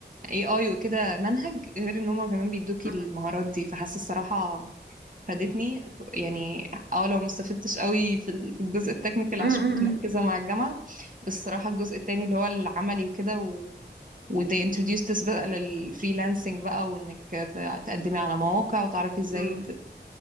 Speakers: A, on the right; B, on the right.
A: اي اي وكده منهج غير ان هما كمان بيدوكي
B: مم.
A: المهارات دي فحاسة الصراحة فادتني ك- يعني اه لو ما استفدتش قوي في ال- في الجزء التكنيكال
B: مم.
A: عشان
B: مم.
A: كنت مركزة مع الجامعة بس الصراحة الجزء التاني اللي هو العملي وكده و... و they introduced us بقى للفريلانسنج بقى وانك ت- تقدمي على مواقع وتعرفي ازاي
B: مم.
A: ت...